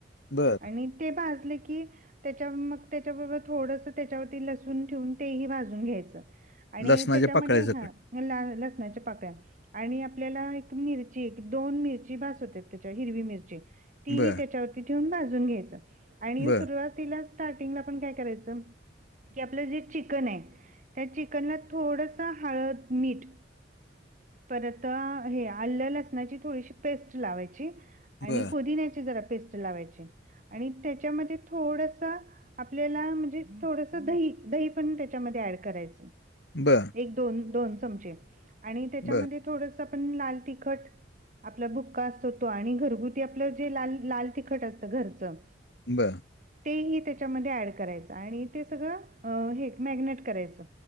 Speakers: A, on the left (about 65°); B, on the right (about 40°).
A: बरं.
B: आणि. ते भाजले की. त्याच्या मग त्याच्याबरोबर थोडस त्याच्यावरती लसून ठेवून तेही भाजून घ्यायचं. आणि
A: लसणाच्या
B: त्याच्यामध्ये
A: पाकळ्या
B: हा
A: सकट.
B: ला लसणाच्या पाकळ्या. आणि आपल्याला एक मिरची एक दोन मिरची भासवत त्याच्या हिरवी मिरची. तीही
A: बरं,
B: त्याच्यावरती ठेवून भाजून घ्यायचं आणि
A: बरं,
B: सुरुवात. तिला स्टार्टिंग ला पण काय करायचं की आपलं जे चिकन आहे त्या चिक''--'' ना थोडस हळद मीठ. परत हे आल्या लसणाची थोडीशी पेस्ट लावायची. आणि
A: बरं,
B: पुदिन्याचे जरा पेस्ट लावायची आणि त्याच्यामध्ये थोडसा. आपल्याला म्हणजे थोडस दही दही पण त्याच्यामध्ये ऍड करायचं.
A: बरं.
B: एक दोन दोन चमचे आणि त्याच्यामध्ये
A: बरं,
B: थोडस आपण लाल तिखट. आपला बुक्का असतो तो आणि घरगुती आपलं जे लाल लाल तिखट असतं घरचं.
A: बर.
B: तेही त्याच्यामध्ये ऍड करायचं आणि ते सगळं हे मॅगनेट करायचं.